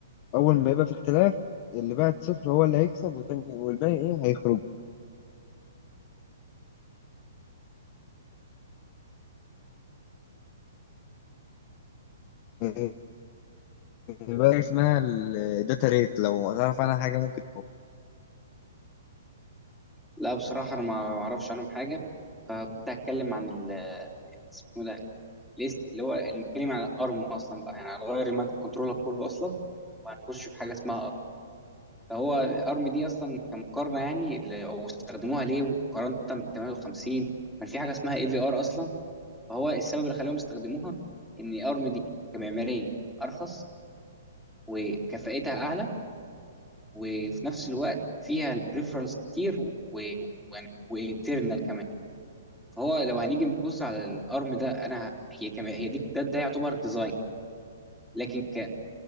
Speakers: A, on the left (about 35°); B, in the centre.
A: اول ما يبقى في اختلاف اللي بعد صفر هو اللي هيكسب والتاني والباقي ايه هيخرج إيه، بقى اسمها الداتا ريت لو تعرف عنها حاجة ممكن
B: لا بصراحة أنا ما ما أعرفش عنهم حاجة فكنت هتكلم عن ال اسمه ده ليست اللي هو نتكلم عن الأرم أصلا بقى يعني هنغير المايكرو كنترولر كله أصلا وهنخش في حاجة اسمها أرم فهو أرم دي أصلا كمقارنة يعني اللي- أو استخدموها ليه مقارنة بال 58 كان في حاجة اسمها اي في ار أصلا فهو السبب اللي خلاهم يستخدموها إن أرم دي كمعمارية أرخص وكفاءتها أعلى وفي نفس الوقت فيها البريفرالز كتير و... يعني و... ويعني وانترنال كمان فهو لو هنيجي نبص على الارم ده انا هي كما هي دي ده, ده يعتبر ديزاين لكن ك